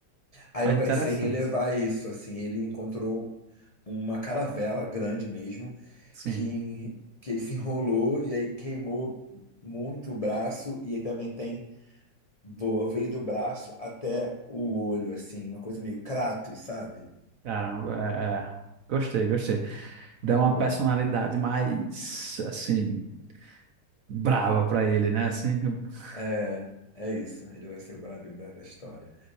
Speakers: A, on the left (about 60°); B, on the right (about 65°).
A: Aí
B: Mas
A: eu
B: interessante.
A: pensei em elevar isso, assim, ele encontrou uma caravela grande mesmo,
B: Sim,
A: que, que ele se enrolou e aí queimou muito o braço, e aí também tem Boa, veio do braço até o olho, assim, uma coisa meio Kratos, sabe?
B: caramba. É, é. Gostei, gostei. Dá uma
A: Boa.
B: personalidade mais, assim, brava pra ele, né? Assim, <laughs>
A: É, é isso. Ele vai ser o brabinho da, da história.